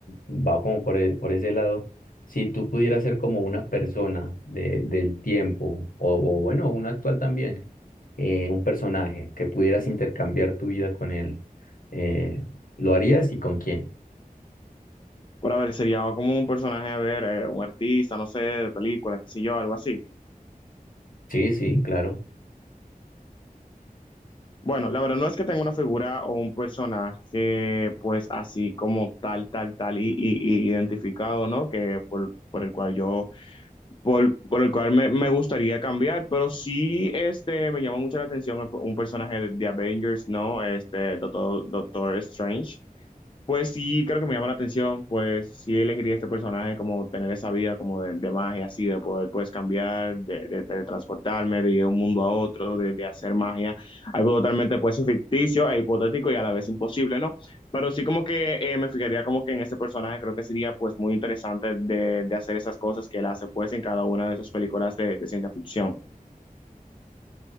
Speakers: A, on the left (about 65°); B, on the left (about 35°).
A: va como por, e- por ese lado. Si tú pudieras ser como una persona de, del tiempo, o, o bueno, un actual también, eh, un personaje que pudieras intercambiar tu vida con él, eh, ¿lo harías y con quién?
B: Por haber, sería como un personaje, a ver, eh, un artista, no sé, de película, qué sé yo, algo así.
A: Sí, sí, claro.
B: Bueno, la verdad no es que tenga una figura o un personaje pues así como tal, tal, tal y, y- y identificado, ¿no? Que por, por el cual yo, por, por el cual me, me gustaría cambiar, pero sí este, me llama mucho la atención un personaje de, de Avengers, ¿no? Este, Doctor, Doctor Strange. Pues sí, creo que me llama la atención, pues sí elegiría este personaje como tener esa vida como de, de magia, así, de poder pues cambiar, de, de, teletransportarme de un mundo a otro, de, de hacer magia, algo totalmente pues ficticio e hipotético y a la vez imposible, ¿no? Pero sí como que eh, me fijaría como que en ese personaje creo que sería pues muy interesante de, de hacer esas cosas que él hace pues en cada una de esas películas de, de ciencia ficción.